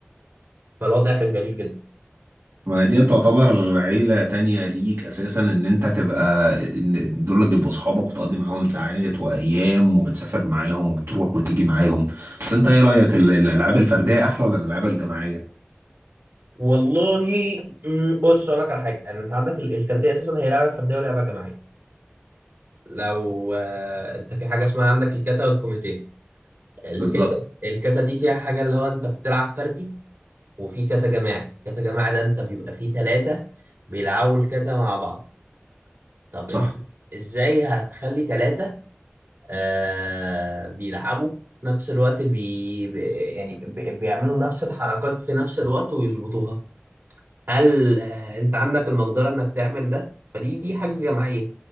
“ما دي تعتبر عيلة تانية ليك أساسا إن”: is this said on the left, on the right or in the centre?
Right